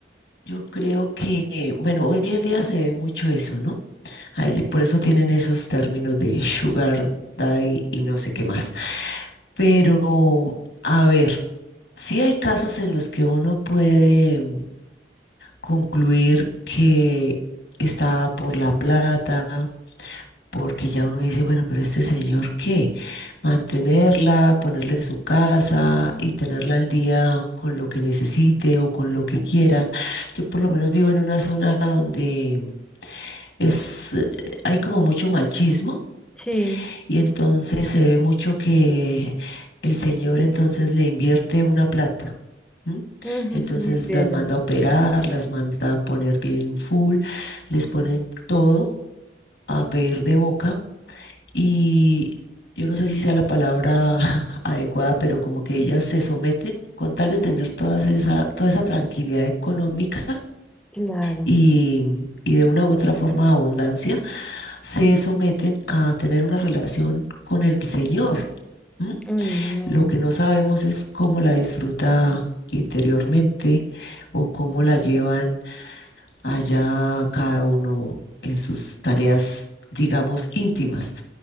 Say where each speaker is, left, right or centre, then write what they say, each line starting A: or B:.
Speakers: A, on the left; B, in the centre.
A: Yo creo que, bueno, hoy en día se ve mucho eso, ¿no? Ay, le- por eso tienen esos términos de Sugar Daddy y no sé qué más. Pero, a ver, sí hay casos en los que uno puede. concluir que está por la plata, porque ya uno dice, bueno, pero este señor, ¿qué? Mantenerla, ponerle su casa y tenerla al día con lo que necesite o con lo que quiera. Yo por lo menos vivo en una zona donde es, eh, hay como mucho machismo
B: Sí,
A: y entonces se ve mucho que el señor entonces le invierte una plata. ¿m?
B: <laughs> ujú,
A: Entonces
B: literal.
A: las manda a operar, las manda a poner bien full, les ponen todo a pedir de boca y yo no sé si sea la palabra <laughs> adecuada, pero como que ellas se someten con tal de tener toda esa, toda esa tranquilidad económica
B: Claro.
A: y, y de una u otra forma abundancia se someten a tener una relación con el Señor. ¿m?
B: Uy, no.
A: Lo que no sabemos es cómo la disfruta interiormente o cómo la llevan allá cada uno en sus tareas, digamos, íntimas.